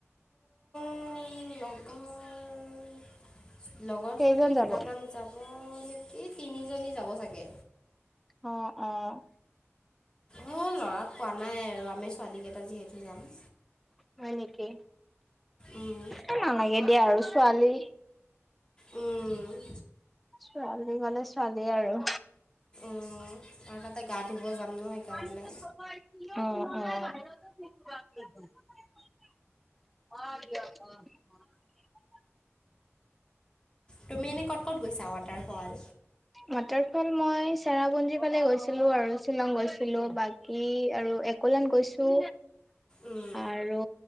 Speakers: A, on the left (about 20°); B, in the centre.
A: মোৰ লগৰ লগৰ
B: কেইজন
A: ছোৱালী দুটামান
B: যাব অ
A: যাব এই তিনিজনী যাব চাগে।
B: অ', অ',
A: অ', লৰাক কোৱা নাই আৰু আমি ছোৱালী কেইটা যিহেতু যাম।
B: হয় নেকি
A: উম
B: এ নালাগে দিয়া আৰু ছোৱালী।
A: উম',
B: ছোৱালী গলে ছোৱালী আৰু
A: উম', আৰু তাতে গা ধুব যাম ন
B: অ',
A: সেইকাৰণে
B: অ', অ', দিয়া অ', অ',
A: তুমি এনেই ক'ত ক'ত গৈছা ৱাটাৰফল
B: মাটাৰ ফল মই চেৰাপুঞ্জী ফালে গৈছিলো আৰু শ্বিলং গৈছিলো বাকী আৰু একলান গৈছো
A: উম
B: আৰু